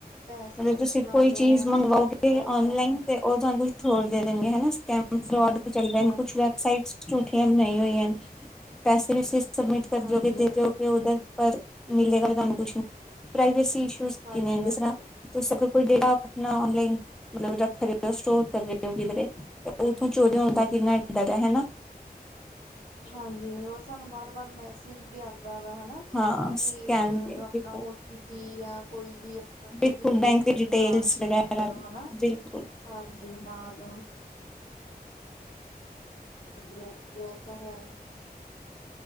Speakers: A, on the left; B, in the centre.
A: ਪੈਸਿਆਂ
B: ਮਤਲਬ
A: ਵਿੱਚ
B: ਤੁਸੀਂ
A: ਲਾ
B: ਕੋਈ
A: ਲਓ
B: ਚੀਜ਼
A: ਹਨਾ
B: ਮੰਗਵਾਓਗੇ
A: ਬਹੁਤ ਜ਼ਿਆਦਾ
B: ਔਨਲਾਈਨ ਤੇ ਉਹ ਤੁਹਾਨੂੰ ਕੁਛ ਹੋਰ ਦੇ ਦੇਣਗੇ ਹਨ ਸਕੈਮ ਫਰੋਡ ਚੱਲਦਾ ਨੀ
A: ਹਾਂਜੀ
B: ਕੁਛ ਵੈੱਬਸਾਈਟਸ ਝੂਠੀਆਂ ਬਣਾਈਆਂ ਹੋਈਆਂ ਨੇ, ਪੈਸੇ ਵੀ ਤੁਸੀਂ ਸਮਬਿਟ ਕਰ
A: ਹਾਂਜੀ
B: ਜੋਗੇ, ਦੇਜੋਗੇ ਉਹਦਾ ਪਰ, ਮਿਲੇਗਾ ਵੀ ਤਾਨੂੰ ਕੁਛ ਨੀ, ਪ੍ਰਾਈਵੇਸੀ ਇਸ਼ੂ
A: ਹਾਂਜੀ
B: ਕਿੰਨੇ
A: ਹਾਂਜੀ ਹਾਂਜੀ
B: ਜਿਸ ਤਰ੍ਹਾਂ ਤੁਸੀ ਅਗਰ ਜੇੜਾ ਆਪਣਾ ਲਿੰਕ ਮਤਲਬ ਖਰੀਦੋ ਸਟੋਰ ਕਰ ਰਹੇ ਓ ਉਥੋਂ ਚੋਰੀ ਹੋਣ ਦਾ ਕਿੰਨਾ ਡਰ ਐ ਹੈਨਾ
A: ਹਾਂਜੀ, ਹੋਰ ਸਾਨੂੰ ਵਾਰ- ਵਾਰ ਮੈਸੇਜ ਵੀ ਆਂਦਾ ਵਾ ਹਨਾ ਕਿ
B: ਹਾਂ ਸਕੈਨ ਤੇ
A: ਮਤਲਬ ਆਪਣਾ
B: ਬਿਲਕੁਲ
A: ਓ ਟੀ ਪੀ ਜਾਂ ਕੋਈ ਵੀ ਅਪ ਕੋਈ
B: ਬਿਲਕੁਲ
A: ਵੀ ਕੋਡ
B: ਬੈਂਕ ਦੀ ਡਿਟੇਲਸ
A: ਨਾ ਸ਼ੇਅਰ
B: ਵਗੈਰਾ
A: ਕਰੋ ਹਨਾ,
B: ਬਿਲਕੁਲ
A: ਹਾਂਜੀ ਨਾਲ ਓ ਹਾਂਜੀ- ਹਾਂਜੀ ਇਹ ਤਾਂ ਹੈ।